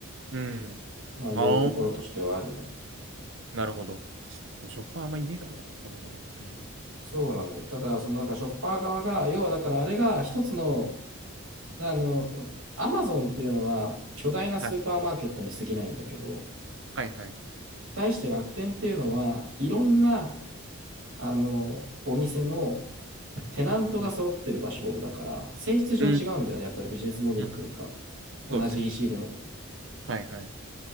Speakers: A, on the right (about 60°); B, on the right (about 80°).
A: うん。
B: まあ、いうところとしてはあるよね。
A: ああ、なるほど。ショッパーあんまいねえからな、そもそも。うん、
B: そうなんだよ。ただ、その、だから、ショッパー側が、要は、だから、あれが一つの、あの、アマゾンっていうのは、巨大なスーパーマーケットに過ぎないんだけど、
A: はい、はい、はい。
B: 対して楽天っていうのは、いろんなあの、お店のテナントが揃ってる場所だから、
A: うん、
B: 性質上違うんだよね。
A: うん、
B: やっぱりビジネスモデルというか、
A: うん
B: 同じ
A: そうですね。
B: EC でも。
A: はい、はい。